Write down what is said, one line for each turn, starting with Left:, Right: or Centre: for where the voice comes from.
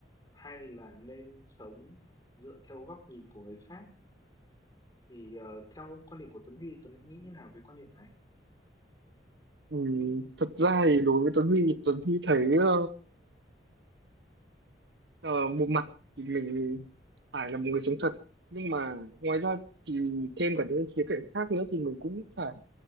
Left: hay là nên sống dựa theo góc nhìn của người khác. Thì ờ, theo quan điểm của Tuấn Huy, Tuấn Huy nghĩ như nào về quan điểm này?
Right: ừ, thật ra thì đối với Tuấn Huy Tuấn Huy thấy ờ, ờ, một mặt thì mình phải là một người sống thật nhưng mà ngoài ra thì thêm cả những khía cạnh khác nữa thì mình cũng phải